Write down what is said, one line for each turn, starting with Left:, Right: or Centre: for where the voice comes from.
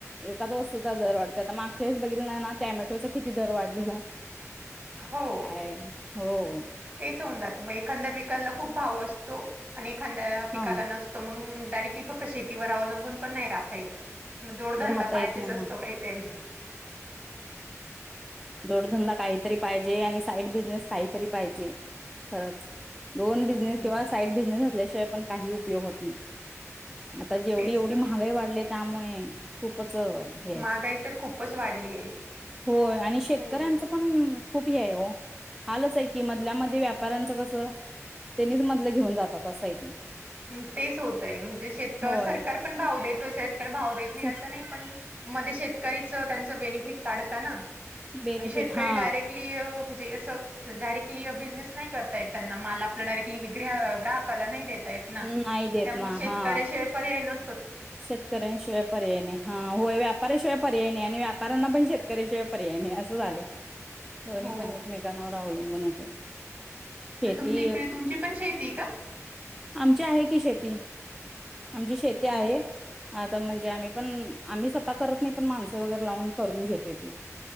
Centre: एकाज वस्तूचा दर वाढ त ता मागच्या येस बघितलं नाही ना टॅमॅटोचा किती दर वाढलेला.
Right: अ हो,
Centre: काय हो ओ
Right: तेच होऊन जात म एखांद्या बिकाला खूप भाव असतो आणि एखांद्या ऍ पिकाला
Centre: हा
Right: नसतो मंग डायरेक्ली फक्त शेतीवर अवलंबून पण नाही राहतायेत. म जोडधंदा
Centre: राहता
Right: पाहिजेस
Centre: येत नाही
Right: असतो
Centre: ना.
Right: काहीतरी.
Centre: दोडधंदा काहीतरी पाहिजे आणि साईड बिझनेस काहीतरी पाहिजे. खरंच, दोन
Right: हो,
Centre: बिझनेस
Right: हो.
Centre: किंवा साईड बिझनेस असल्याशिवाय पण काही उपयोग होत नाही आता जेवढी
Right: तेच
Centre: एवढी
Right: ना
Centre: महागाई वाढलीये त्यामुळे खूपच अ हे आहे.
Right: महागाई तर खूपच वाढलीय
Centre: होय आणि शेतकऱ्यांचं
Right: भयंकर
Centre: पण खूप हे आहे हो. आलंच आहे की मधल्यामध्ये व्यापाऱ्यांचं कसं त्यांनीच मधलं घेऊन जातात असय ते.
Right: हमं तेच होतंय म्हणजे शेत
Centre: होय
Right: सरकार पण भाव देतो शेतक भाऊ देत तुम्ही
Centre: सर
Right: असं नाही पण मध्ये शेतकरीच त्यांच बेनिफिट काढत आहे ना
Centre: बेनिफिट
Right: आणि शेतकरी
Centre: हा
Right: डायरेक्टली म्हणजे असं डायरेक्टली बिझनेस नाही करता येत त्यांना माल आपला डायरेक्टली ग्राहकाला नाही देताेत ना
Centre: नाही देत
Right: त्यामुळे
Centre: ना
Right: शेतकऱ्याशिवाय
Centre: हा
Right: पर्याय न
Centre: शेतकऱ्यांशिवाय पर्याय नाही हा होय व्यापऱशिवाय पर्याय नाही आणि व्यापऱ्यांना पण शेत शेतकरी्याच्याि पर्यायने असं झाले दोन्ही
Right: हो.
Centre: पण एकमेकांवर अवलंबनात आहे शेती
Right: तुमची इकडे तुमची पण शेती का
Centre: आमची आहे की शेती आमची शेती
Right: अच्छा
Centre: आहे आता म्हणजे आम्ही पण आम मी स्वतः करत नाही पण माणसे वगैरे लावून करून घेतोय ती